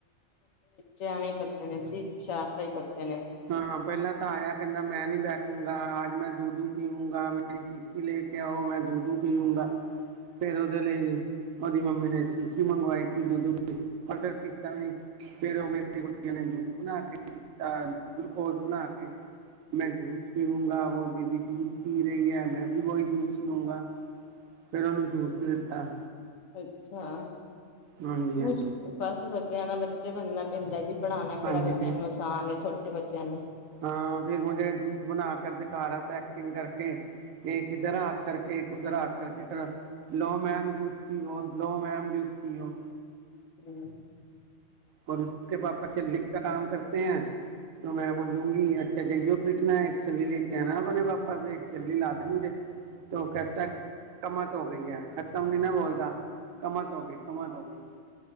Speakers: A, on the left; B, on the right.
A: ਜੇ ਕਰਦੇ ਨੇ ਜੀ ਸ਼ਰਾਰਤਾਂ ਹੀ ਕਰਦੇ ਨੇ।
B: ਹਾਂ ਪਹਿਲਾਂ ਤਾਂ ਆਇਆ ਕਹਿੰਦਾ ਮੈਂ ਨੀ ਬੈਠੂਗੀ ਅੱਜ ਮੈਂ ਦੁਧੂ ਪੀਊਂਗਾ ਮੇਰੀ ਸ਼ੀਸ਼ੀ ਲੈ ਕੇ ਆਓ ਮੈਂ ਦੁਧੂ ਪੀਊਂਗਾ ਫੇਰ ਉਹਦੇ ਲਈ ਉਹਦੀ ਮੰਮੀ ਨੇ ਸ਼ੀਸ਼ੀ ਮੰਗਵਾਈ ਦੁੱਧੂ ਪਰ ਫਿਰ ਪੀਤਾ ਵੀ ਨ ਫੇਰ ਉਹ ਮੇਰੀ ਕੁੜੀਆਂ ਨੇ ਜੂਸ ਬਣਾ ਕੇ ਗਲੂਕੋਜ ਬਣਾ ਕੇ ਮੈਂ ਜੂਸ ਪੀਊਂਗਾ ਵਲੀ ਦੀ ਜੂਸ ਪੀ ਰਹੀ ਹੈ ਮੈਂ ਵੀ ਬਹੀ ਦਸ ਲੂੰਗਾ ਫੇਿਰ ਉਹਨੂੰ ਜੂਸ ਦਿੱਤਾ
A: ਅੱਛਾ
B: ਹਾਂਜੀ
A: ਬਸ
B: ਹਾਂਜੀ
A: ਵਧੀਆ ਬੱਚਿਆਂ ਨਾਲ ਬੱਚੇ ਬਣਨਾ ਪੈਂਦਾ ਜੀ ਪੜ੍ਹਾਉਣਾ ਕਿਹੜਾ
B: ਹਾਂਜੀ
A: ਬੱਚਿਆਂ ਨੂੰ ਆਸਾਨ ਹੈ ਛੋਟੇ ਬੱਚਿਆਂ ਨੂੰ।
B: ਹਾਂ ਫਿਰ ਮੁੇ ਜੂਸ ਬਣਾ ਕਰ ਦਿਖਾ ਰਿਾ ਤ ਸ਼ਟਿੰਗ ਕਰਕੇ ਜ ਕਿੱਧਰ ਰਾਤ ਕਰਕੇ ਉੱਧਰ ਰਾਤ ਕਰਕੇ ਤਰ੍ਹਾਂ ਲੋ ਮੈਪ ਜੂਸ ਸੀ ਉਹ ਲੋਅ ਮੈਮ ਜੂਸ ਸੀੀ ਉਹ
A: ਹਮ
B: ਪਰ ਉਸ ਬਾਅ ਪੇ ਲਿਖ ਕਮ ਕਰਤੇ ਹੈ ਮੈਂ ਬੋਲੂੰਗੀ ਅੱਛਾ ਜਈਓ ਕ੍ਰਿਨਾ ਇੱਕ ਚੱਲਲੀ ਲੈ ਕੇ ਆਣਾ ਆਪਣੇ ਪਾਪਾ ਚੱਲਲੀ ਲਾ ਦੇ ਮੁਝੇ ਤ ਕਹਿਤਾ ਕਮਤ ਹੋ ਗਈ ਹੈ ਖ਼ਤਮ ਨੀ ਨਾ ਬੋਲਦਾ ਕਮ ਤੋਂ ਹੋ ਗਈ ਕਮ ਸਵੇਈ